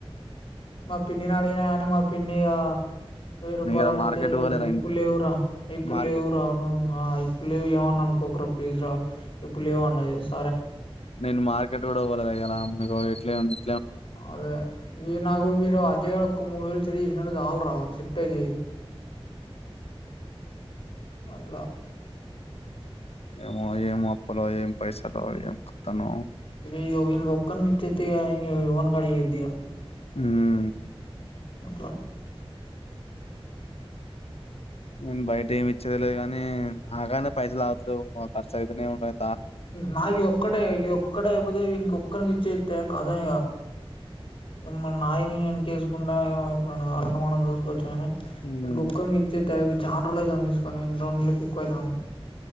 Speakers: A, on the left (about 60°); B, on the left (about 80°).
A: మా పిన్నిని అడిగిన కాని మా పిన్ని గా వెయ్యి రూపాయలు
B: నువ్వు ఇయాల
A: అడిగితే
B: మార్కెట్
A: ఈయరు.
B: పోలేదా
A: ఇప్పుడు
B: ఇంతే
A: లేవురా ఇప్పుడు
B: మార్కెట్
A: లేవురా నువు ఆ ఇప్పుడు లేవు ఏమన్నా అనుకోకూరా. ప్లీజ రా ఇప్పుడు లేవు అన్నా స్
B: నేను మార్కెట్ కూడా పోలేదు ఈయ్యాల మీకు ఎట్లయ్యను.
A: అదే ఈ న నాకు మీరు అజయకు మూడు వేలు సెట్ చేసినట్టు చాలు రా, సెట్ అయితయ్ అట్ల
B: ఏమో ఏం అప్పులో ఏం పైసలో ఏం కతను
A: ఇగో వీనిక్కోక్కనికి ఇచ్చేతే ఇగ, ఎవ్వనికి అడగద్దిగ
B: ఉమ్
A: అట్ల
B: నేను బయట ఏమి ఇచ్చేది లేదు గని, నాకాన్నే పైసలు ఆగుతలేవు ఖర్చు అయితనే ఉండయ్.
A: నాకు ఇదొక్కటే ఇదొక్కటి అయిపోతే వీనికి ఒక్కనికి ఇచ్చేత్తే కతం ఇగ. మన్ నాయి నేను ఎనకేసుకుంటా <unintelligible> మనం చూసుకోవచ్చని
B: ఉమ్
A: వీనికి ఒక్కనికి ఇచ్చేత్తే అయితది చాన రోజులు అయితాంది తీసుకని, రెండు నెలకి ఎక్కువవుతాంది.